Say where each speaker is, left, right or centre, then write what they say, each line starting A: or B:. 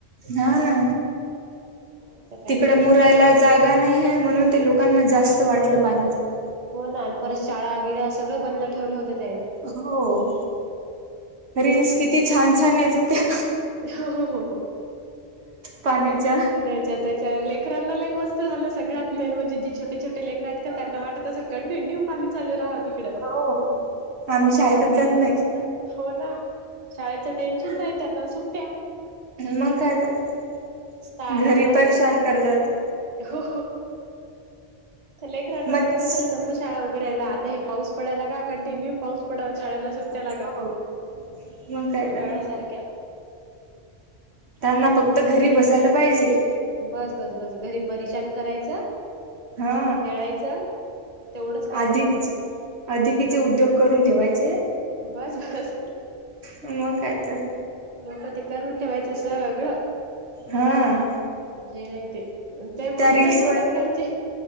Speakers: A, on the right; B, on the right.
A: हा
B: नाही तर काय
A: तिकड
B: ते
A: मुरायला जागा नाही आहे म्हणून ते लोकांना जास्त
B: हो
A: वाटलं
B: ना
A: पाणी तिकडे.
B: हो ना परत शाळा गिड सगळं बंद ठेवलं होत त्याने
A: हो रिन्स किती छान छान येत होत्या
B: हो हो
A: पाण्याच्या.
B: पुण्याच्या त्याच्या लेकरांना ल मस्त झालं सगळ्यात मेन म्हजे जे छटे छोट लेखक आहेत का त्यांना वाटत असेल कून ठेऊ नऊ पाणी चालू राहा तिकड
A: हो. आम्ही शाळेतच
B: झोपायचं
A: जात नाही
B: मस्त हो ना शाळेचं टेन्शन नाहीय त्यांना सुट्ट्या
A: मंग काय तर
B: मस्त आरामात
A: घरी परेशान करतात
B: हो लेकरांना
A: मच
B: वाटत असेल नको शाळा उघडायला आता हे पाऊस पडलाग कंटिन्यू पाऊस पड शळेला सुट्ट्यालाग
A: हो. मग काय
B: उरळ्या
A: तर
B: सारख्या
A: त्यांना फक्त घरी बसायला पाहिजे
B: बस बस बस घरी परिछान करायचं
A: हा
B: खेळायचं तेवढंच पाहिजे
A: अधिक
B: त्यांना
A: अधिकीचे उद्योग करून ठेवायचे
B: बस बस
A: मग काय तर
B: लोक ते करून ठेवायचं अस सगळं
A: हा
B: म्हणजे नाहीह ते ते
A: त्या
B: मग
A: रील्स
B: काधरतात
A: वर
B: घरचे